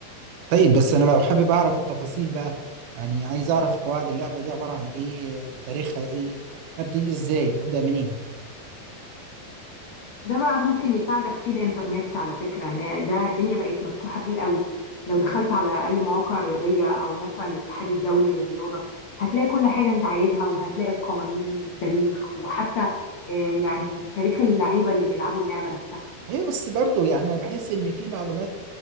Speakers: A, on the right (about 75°); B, on the left (about 85°).
A: طيب بس أنا لو حابب أعرف التفاصيل بقى يعني عايز أعرف قواعد اللعبة دي عبارة عن إيه آه، تاريخها إيه أبتدي إزاي أبدأ منين؟
B: ده بقى ممكن يساعدك فيه الإنترنت على فكرة إن ده الدنيا بقت مفتوحة فيه قوي لو دخلت على أي مواقع رياضية أو موقع الاتحاد الدولي للرياضة هتلاقي كل حاجة أنت عايزها وهتلاقي القوانين والتاريخ وحتى آه، يعني تاريخ اللعيبة اللي بيلعبوا اللعبة نفسها
A: ايوه بس برضه يعني انا بحس ان في معلومات